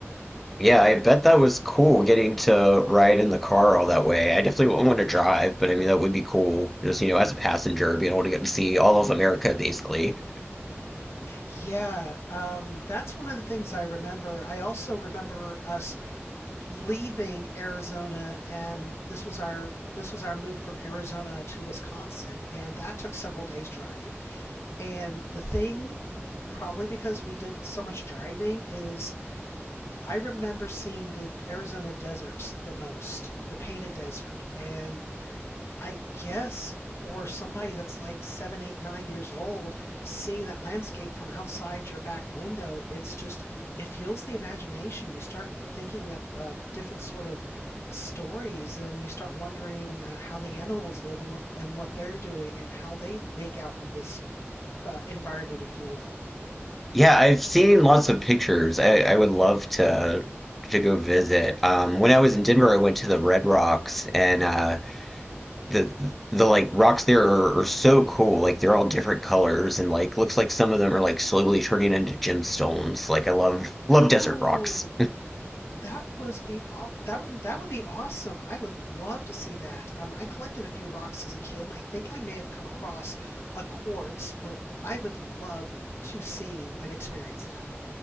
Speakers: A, in the centre; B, on the left.
A: Yeah, I bet that was cool getting to ride in the car all that way. I definitely wouldn't want to drive, but I mean that would be cool. Just, you know, as a passenger, being able to get to see all of America basically.
B: Yeah, um, that's one of the things I remember. I also remember us leaving Arizona, and this was our this was our move from Arizona to Wisconsin, and that took several days drive. And the thing, probably because we did so much driving, is I remember seeing the Arizona deserts the most, the painted desert, and I guess for somebody that's like seven, eight, nine years old, seeing that landscape from outside your back window, it's just, it fuels the imagination. You start thinking up um, different sort of stories and you start wondering uh, how the animals live and what and what they're doing and how they make out in this uh, environment, if you will.
A: Yeah, I've seen lots of pictures. I, I would love to to go visit. Um, when I was in Denver, I went to the Red Rocks and uh the the like rocks there are, are so cool. Like they're all different colors and like looks like some of them are like slowly turning into gemstones. Like I love love
B: Oh,
A: desert rocks.
B: That was be all that would that would be awesome. I would love to see that. Um, I collected a few rocks as a kid, and I think I may have come across a quartz, but I would love to see and experience that.